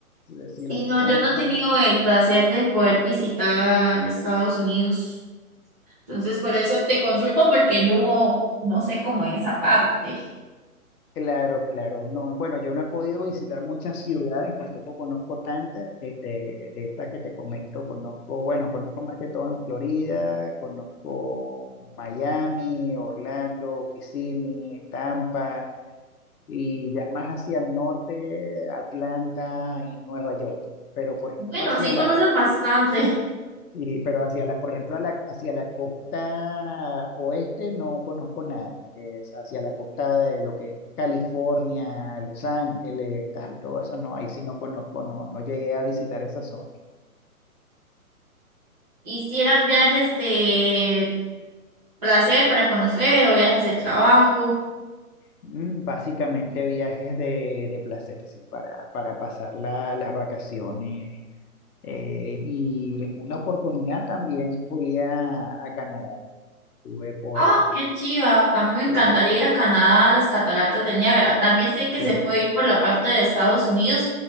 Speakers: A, on the left; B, on the right.
A: si si
B: Sí,
A: las cosas
B: no, yo
A: han
B: no he
A: cambiado.
B: tenido el placer de poder visitar Estados Unidos. Entonces, por eso te consulto porque no, no sé cómo es esa parte.
A: Claro, claro, no, bueno, yo no he podido visitar muchas ciudades, tampoco conozco tantas, este, de esta que te comento, conozco, bueno, conozco más que todo en Florida, conozco Miami, Orlando, Kissimmee, Tampa, y ya más hacia el norte, Atlanta y Nueva York. Pero por ejemplo
B: Bueno,
A: hacia
B: sí
A: la,
B: conoces bastante.
A: y- pero hacia la, por ejemplo a la- hacia la costa oeste no conozco nada. Es hacia la costa de lo que es California, Los Ángeles, tal, todo eso no, ahí sí no conozco, no, no llegué a visitar esa zona.
B: Hicieran viajes de placer para conocer o viajes de trabajo.
A: Mm, Básicamente viajes de, de placer, sí, para, para pasar la- las vacaciones. Eh, y en una oportunidad también fui a, a Canadá. Estuve por,
B: Ah, qué chiva. A mí me encantaría
A: sí,
B: ir a Canadá, a las cataratas del Niágara. También sé
A: sí,
B: que se puede ir por la parte de Estados Unidos,